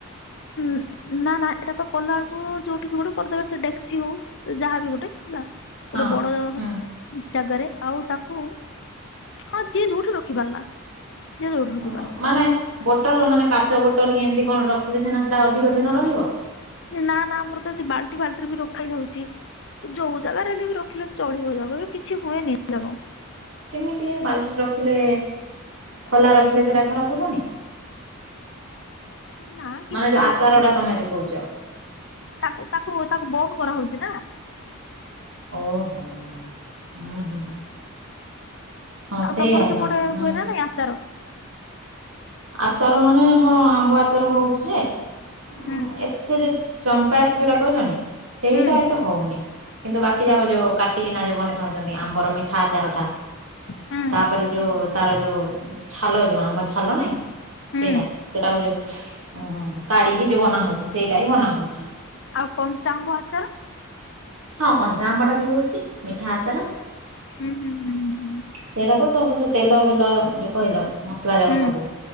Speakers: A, on the left (about 55°); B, on the right (about 70°).
A: ଁ ନା ନା ଏଇଟା ତ କଲା ବେଳକୁ ଯୋଉଠି ଗୋଟେ କରିଦେବେ ସେ ଡେଚି ହଉ ଯାହାବି ଗୋଟେ ନା ଗୋଟେ
B: ହଁ।
A: ବଡ
B: ହୁଁ।
A: ଜାଗାରେ ଆଉ ତାକୁ ହଁ ଯିଏ ଯୋଉଠି ରଖି ପାରିଲା ଯିଏ ଯୋଉଠି ରଖି
B: ଓହୋ
A: ପାରିଲା।
B: ମାନେ ବୋଟଲ ମାନେ କାଚ ବୋଟଲ କି ଏମିତି କଣ ରଖିଲେ ସିନା ସେଟା ଅଧିକ ଦିନ ରହିବ।
A: ନା ନା ଆମର ତ ଏମିତି ବାଲ୍ଟି ଫାଲଟି ବି ରଖା ଜା ଯୋଉ ଜାଗାରେ ହେଲେ ବି ରଖିଲେ ଚଳିବ ଏରାକ କିଛି ହୁଏନି ଏରାକ।
B: କେମିତି ଏ ବାଲ୍ଟିରେ ରଖିଲେ ଖୋଲା ରଖିଲେ ସେରା ଖରାପ ହେବନି।
A: ନା କିଛି
B: ମାନେ ଯୋଉ
A: ହଉନି
B: ଆଚାର ଟା ତମେ ଯୋଉ। କହୁଚ।
A: ତାକୁ ତାକୁ ବନ୍ଦ କରାହଉଛି ନା।
B: ଓହୋ ହୁଁ ହୁଁ ହଁ
A: ଆଉ
B: ସେଇଆ
A: ତମର
B: ଏକା
A: ସେପଟେ
B: ମାନେ
A: ହୁଏ ନା ନାଇଁ ଆଚାର।
B: ଆଚାର ମାନେ ହଁ ଆମ୍ବ ଆଚାର ହେଉଛି ଯେ ଉଁ
A: ହୁଁ
B: ଏଥେ ରେ। ଚମ୍ପାୟତ ଯଉଡ଼ା କହିଲନି। ସେଇଟା
A: ହୁଁ
B: ଏତେ ହଉନି କିନ୍ତୁ ବାକି ଯାକ ଯୋଉ କାଟିକିନା ଯଉ ବନେଇଥାଉଛନ୍ତି ଆମ୍ବର ମିଠା ଆଚାର ଟା।
A: ହୁଁ
B: ତାପରେ ଯୋଉ ତାର ଯୋଉ ଛାଲ ଯୋଉ ଆମ୍ବ ଛା ଭଲ ନାଇ। ସେଇଟା
A: ହୁଁ ହୁଁ।
B: ସେଟାକୁ ଯଉ ଉଁ କାଢିକି ଯଉ ବନାହଉଛି ସେଇଟା ହିଁ ବନାହଉଛି।
A: ଆଉ କଞ୍ଚା ଆମ୍ୱ ଆଚାର।
B: ହଁ କଞ୍ଚା ଆମ୍ବ ଟା ବି ହଉଛି।
A: ହୁଁ
B: ମିଠା ଆଚାର
A: ହୁଁ ହୁଁ ହୁଁ ହୁଁ
B: ସେଟା ତ ସବୁ ସେ ତେଲ ଫେଲ ଯଉ କହିଲ। ମସଲା ଯାକ
A: ହୁଁ
B: ସବୁ